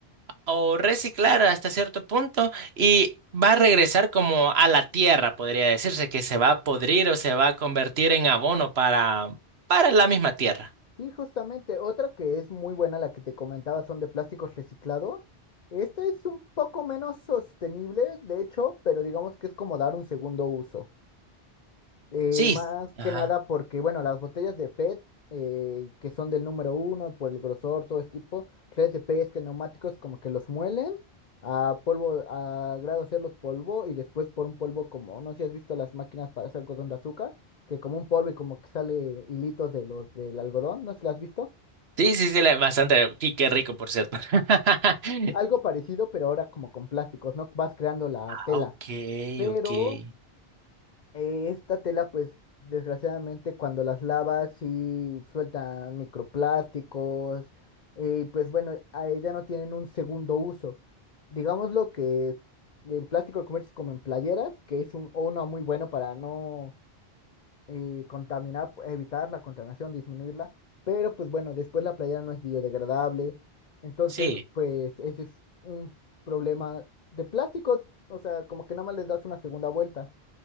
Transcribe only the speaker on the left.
Sí, justamente. Otra que es muy buena, la que te comentaba, son de plásticos reciclado. Esta es un poco menos sostenible, de hecho, pero digamos que es como dar un segundo uso. Eh,
más
que nada porque, bueno, las botellas de PET, eh, que son del número uno, por el grosor, todo ese tipo, redes de PET, que neumáticos como que los muelen a polvo, a grado hacerlos polvo y después por un polvo como, no sé si has visto las máquinas para hacer algodón de azúcar, que como un polvo y como que sale hilitos de los del algodón, no sé si las has visto.
Algo parecido, pero ahora como con plásticos, ¿no? Vas creando la tela.
Pero
Eh, esta tela, pues, desgraciadamente, cuando las lavas, sí sueltan microplásticos. eh, Y pues bueno, a ella no tienen un segundo uso. Digámoslo que el plástico lo conviertes como en playeras, que es un, uno muy bueno para no eh, contaminar, pu- evitar la contaminación, disminuirla. Pero pues bueno, después la playera no es biodegradable. Entonces,
pues, ese es un problema de plásticos. O sea, como que nada más les das una segunda vuelta.